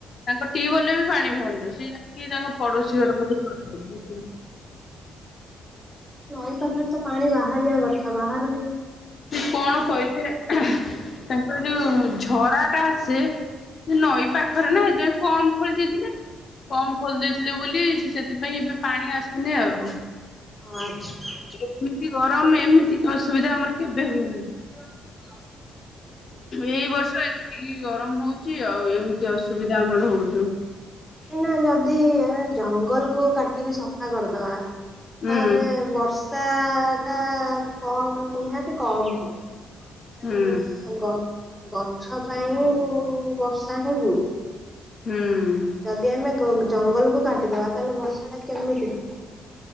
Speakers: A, on the left; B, in the centre.
A: ତାଙ୍କ ଟ୍ୟୁବଲରେ ବି ପାଣି ଭାରୁନେଇ। କି ଆକି ତାଙ୍କ ପଡ଼ୋଶୀ ଘର ପାଖୁରୁ ପାଣି ନୋଉଚନ୍ତି‌।
B: ନଈ ପାଖରେ ତ ପାଣି ବାହାରିବା କଥା ବାହାରୁନେଇ କଣ?
A: ସିଏ କଣ କହିଲେ ତାଙ୍କର ଯୋଉ ଝରାଟା ଆସେ ଯେ ନଈ ପାଖରେ ନାଁ ହେଦେ କମ୍ ଖୋଳି ଦେଇଥିଲେ କମ୍ ଖୋଲି ଦେଇଥିଲେ ବୋଲି ସିଏ ସେଥିପାଇଁ ଏବେ ପାଣି ଆସୁନି ଆଉ।
B: ଆଚ୍ଛା
A: ଏମିତି ଗରମ ଏମିତି ଅସୁବିଧା ଆମର କେବେ ହୁଏନା।
B: ସୁନା ମୁଠେ ପଲାଅ।
A: ଏଇ ବର୍ଷ ଏତିକି ଗରମ ହଉଚି ଆଉ ଏମିତି ଅସୁବିଧା ଆମର ହଉଚୁ।
B: ଏନା ଯଦି ଜଙ୍ଗଲକୁ କାଟିକି ସଫା କରିଦବା
A: ହୁଁ
B: ଆରେ ବର୍ଷାଟା କମ୍ ନିହାତି କମ୍ ହ କାହିଁକି
A: ହୁଁ
B: ନା ଗ ଗଛ ପାଇଁ ବର୍ଷା ହିଁ ହୁଏ।
A: ହୁଁ।
B: ଯଦି ଆମେ ଗୋ ଜଙ୍ଗଲକୁୁ କାଟିଦବା ତାଲେ ବର୍ଷାଟା କେମିତି ହ